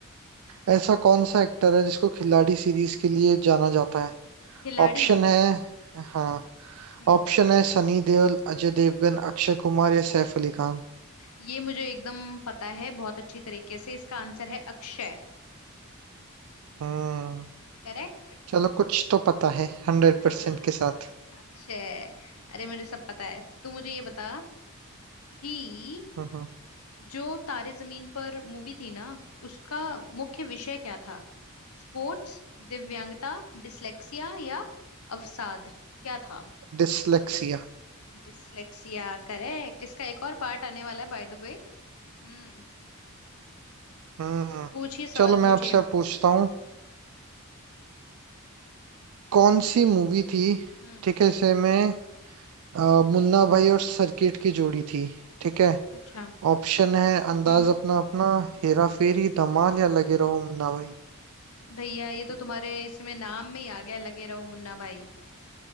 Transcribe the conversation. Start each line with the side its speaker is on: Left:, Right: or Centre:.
Right: ऐसा कौन सा एक्टर है जिसको खिलाड़ी सीरीज के लिए जाना जाता है
Left: खिलाड़ी
Right: ऑप्शन है हाँ
Left: हम्म
Right: ऑप्शन है सनी देओल अजय देवगन अक्षय कुमार या सैफ अली खान
Left: ये मुझे एकदम पता है बहुत अच्छी तरीके से इसका आंसर है अक्षय
Right: हम्म
Left: करेक्ट
Right: चलो कुछ तो पता है हंड्रेड
Left: हाँ
Right: परसेंट के साथ
Left: अक्षय अरे मुझे सब पता है तू मुझे ये बता कि
Right: हम्म
Left: जो तारे जमीन पर मूवी थी ना उसका मुख्य विषय क्या था स्पोर्ट्स दिव्यांगता डिसलेक्सिया या अवसाद क्या था
Right: डिसलेक्सिया
Left: Dyslexia correct इसका एक और पार्ट आने वाला है बाय द वे हम्म
Right: हम्म
Left: पूछिए सवाल
Right: चलो मैं
Left: पूछिए
Right: आपसे अब पूछता हूँ कौन सी मूवी थी
Left: हम्म
Right: ठीक है इसे में अ, मुन्ना भाई और सर्किट की जोड़ी थी ठीक है
Left: अच्छा
Right: ऑप्शन है अंदाज
Left: हम्म
Right: अपना अपना हेरा फेरी धमाल या लगे रहो मुन्ना भाई
Left: भैया ये तो तुम्हारे इसमें नाम में ही आ गया लगे रहो मुन्ना भाई